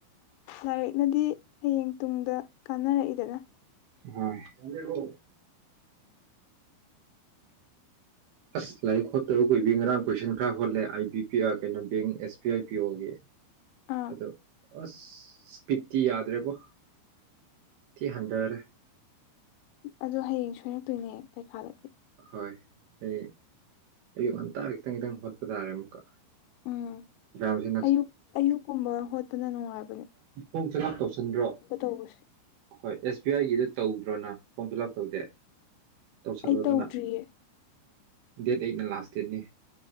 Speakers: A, on the left (about 85°); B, on the right (about 70°).
A: ꯂꯥꯏꯔꯤꯛꯅꯗꯤ ꯍꯌꯦꯡ ꯇꯨꯡꯗ ꯀꯥꯟꯅꯔꯛꯏꯗꯅ
B: ꯍ <inaudible>
A: <unintelligible>
B: ꯑꯁ ꯂꯥꯏꯔꯤꯛ ꯈꯣꯠꯇꯔ ꯀꯨꯏꯕꯤ ꯉꯔꯥꯡ ꯀꯣꯏꯁꯟ ꯈꯔ ꯍꯣꯜꯂꯦ ꯑꯥꯏ ꯕꯤ ꯄꯤ ꯀꯩꯅꯣ ꯕꯦꯡ ꯑꯦꯁ ꯕꯤ ꯑꯥꯏ ꯄꯤ ꯑꯣꯒꯤ
A: ꯑꯥ
B: ꯑꯗ ꯑꯁ ꯏꯁꯄꯤꯠꯇꯤ ꯌꯥꯗ꯭ꯔꯦꯕꯣ ꯁꯤꯤ ꯍꯟꯊꯔꯦ
A: ꯑ ꯑꯗꯨ ꯍꯌꯦꯡ ꯁꯣꯏꯔꯛꯇꯣꯏꯅꯦ ꯄꯩꯈꯥꯗꯗꯤ
B: ꯍꯣꯏ ꯑꯩ ꯑꯌꯨꯛ ꯉꯟꯇꯥ ꯈꯤꯇꯪ ꯈꯤꯇꯪ ꯍꯣꯠꯄ ꯇꯥꯔꯦ ꯑꯃꯨꯛꯀ
A: ꯎꯝ
B: ꯑꯦꯛꯖꯥꯝꯁꯦ
A: ꯑꯌꯨꯛ ꯑꯌꯨꯛꯀꯨꯝꯕ ꯍꯣꯠꯇꯅ ꯅꯨꯡꯉꯥꯏꯕ
B: ꯐꯣꯡ ꯐꯤꯂꯥꯞ ꯇꯧꯁꯟꯗ꯭ꯔꯣ
A: ꯇꯧꯕꯁꯦ
B: ꯍꯣꯏ ꯑꯦꯁ ꯕꯤ ꯑꯥꯏꯒꯤꯗ ꯇꯧꯗ꯭ꯔꯣꯅ ꯐꯣꯝ ꯐꯤꯜ ꯑꯞ ꯇꯧꯗꯦ ꯇꯧꯁꯜꯂꯣꯗꯅ
A: ꯑꯩ ꯇꯧꯗ꯭ꯔꯤꯌꯦ
B: ꯗꯦꯠ ꯑꯩꯠꯅ ꯂꯥꯁ ꯗꯦꯠꯅꯤ